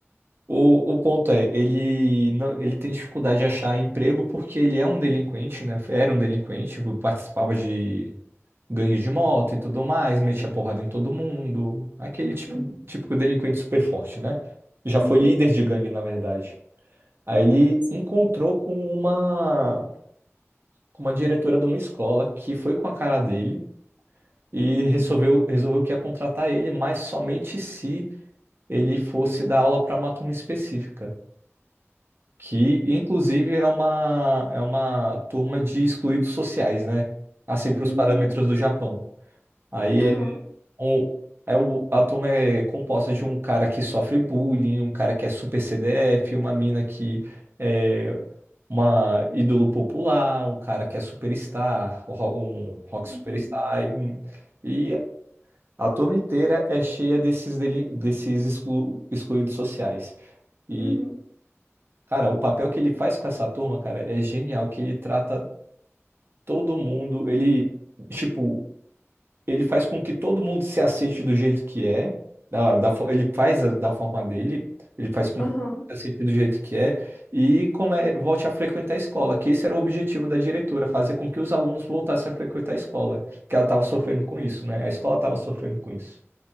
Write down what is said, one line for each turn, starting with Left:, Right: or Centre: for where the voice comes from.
Right: O, o ponto é, ele não- ele tem dificuldade de achar emprego porque ele é um delinquente, né? Era um delinquente, participava de gangue de moto e tudo mais, metia porrada em todo mundo. Aquele tipo,
Left: Uhum,
Right: típico delinquente super forte, né? Já
Left: uhum,
Right: foi líder de gangue, na verdade. Aí ele
Left: sim,
Right: encontrou com uma, com uma diretora de uma escola que foi com a cara dele e
Left: uhum,
Right: resolveu, resolveu que ia contratar ele, mas somente se ele fosse dar aula para uma turma específica. Que, inclusive, é uma, é uma turma de excluídos sociais, né? Assim,
Left: uhum,
Right: para os parâmetros do Japão. Aí
Left: aham,
Right: um- é o, a turma é composta de um cara que sofre bullying, um cara que é super CDF, uma mina que é uma ídolo popular, um cara que é superstar, um ro- um rock
Left: uhum,
Right: superstar. E, e a turma inteira é cheia desses, deli- desses exclu- excluídos sociais. E,
Left: uhum,
Right: cara, o papel que ele faz com essa turma, cara, é genial, que ele trata todo mundo, ele. Tipo, ele faz com que todo mundo se aceite do jeito que é, da, da fo- ele faz a- da forma dele, ele faz com
Left: aham.
Right: que se aceite do jeito que é, e come, volte a frequentar a escola, que esse era o objetivo da diretora, fazer com que os alunos voltassem a frequentar a escola, que ela estava sofrendo com isso, né? A escola estava sofrendo com isso.